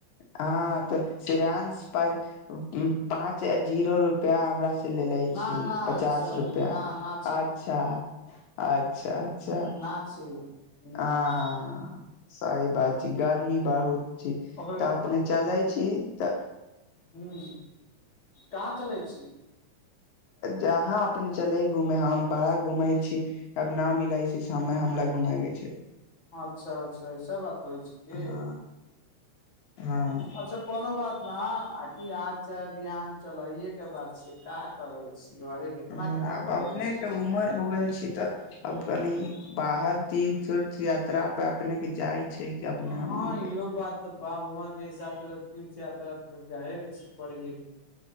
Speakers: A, on the left (about 80°); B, on the left (about 25°).
A: हँ
B: ह
A: तऽ श्रेयानस से पहिल पाँच आ जीरो रुपआ हमरा लेले
B: ना
A: छी
B: ना
A: पचास
B: ई सब
A: रुपआ
B: ना ना
A: अच्छा अच्छा अच्छा
B: न छी हूँ
A: हँ हँ सही बात छै गर्मी बहुत छी
B: ओकर
A: तऽ अपने चलै छी तऽ
B: हू कहाँ चलै छी
A: जहाँ अपने चले घूमे हम बड़ा घुम छी आब न मिलै छै शाममे हमरा घुम के छै
B: अच्छह अच्छह ईऐस बात होइ छै की
A: हँ हँ
B: अच्छह कोनो बात ना की आज चै बिहान चलैे के बात छै का करे छी घरे के इतना
A: ह
B: का
A: अब
B: करै
A: अपने
B: छी
A: के उमर हो गेल छी तऽ
B: हूँ
A: अब कनी बाहर तीर्थ उर्थ यात्रा पे अपने के जाइ छै अपने
B: हँ
A: हमनी
B: इहो
A: के
B: बात तऽ बा उमर के हिसाब तीर्थ यात्रा जाए के छी परही